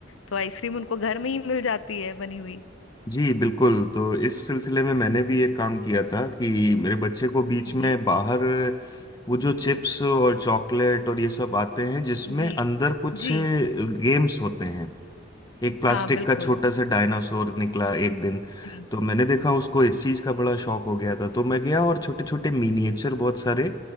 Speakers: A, on the left; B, on the left.
A: तो आइसक्रीम उनको घर में ही मिल जाती है बनी हुई
B: जी बिल्कुल तो इस सिलसिले में मैंने भी एक काम किया था कि मेरे बच्चे को बीच में
A: जी
B: बाहर वो जो चिप्स और चॉकलेट और ये सब आते हैं जिसमें
A: जी
B: अंदर कुछ
A: जी
B: गेम्स होते हैं एक प्लास्टिक
A: हाँ बिल्कुल
B: का छोटा सा डायनासोर निकला एक दिन
A: जी
B: तो मैंने देखा उसको इस चीज का बड़ा शौक हो गया था तो मैं गया और छोटे छोटे मिनिएचर बहुत सारे